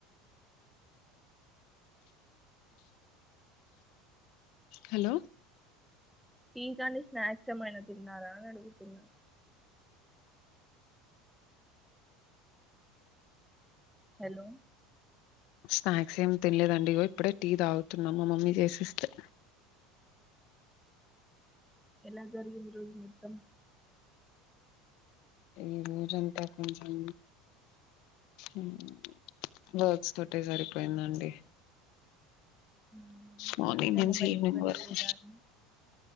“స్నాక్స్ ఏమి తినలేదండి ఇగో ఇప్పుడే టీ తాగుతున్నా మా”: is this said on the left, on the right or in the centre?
Left